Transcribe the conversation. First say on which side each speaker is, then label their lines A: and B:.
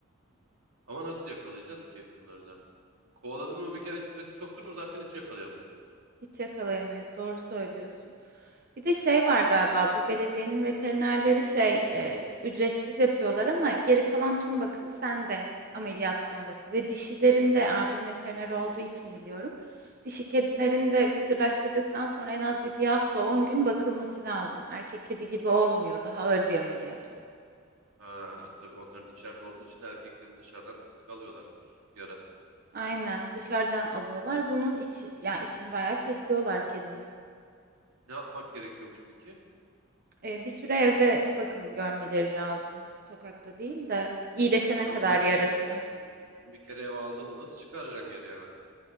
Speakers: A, on the right; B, on the right.
A: Ama nasıl yakalayacağız ki bunları da? Kovaladın mı bir kere strese soktun mu zaten hiç yakalayamayız.
B: Hiç yakalayamayız. Doğru söylüyorsun. Bir de şey var galiba bu belediyenin veterinerleri şey e, ücretsiz yapıyorlar ama geri kalan tüm bakım sende ameliyat sonrası ve dişilerin de abim veteriner olduğu için biliyorum. Dişi kedilerin de kısırlaştırdıktan sonra en az bir, bir hafta 10 gün bakılması lazım. Erkek kedi gibi olmuyor. Daha ağır bir ameliyat o.
A: Ha tabii onların içeride olduğu için erkeklerin dışarıdan tık tık alıyorlar küçücük yara.
B: Aynen dışarıdan alıyorlar. Bunun içi yani içini bayağı kesiyorlar kedinin.
A: Ne yapmak gerekiyormuş peki?
B: E, bir süre evde bakım görmeleri lazım. Sokakta değil de iyileşene
A: E
B: kadar
A: onu da bir
B: yarası.
A: kere bir, bir kere eve aldın mı nasıl çıkaracaksın geri ya?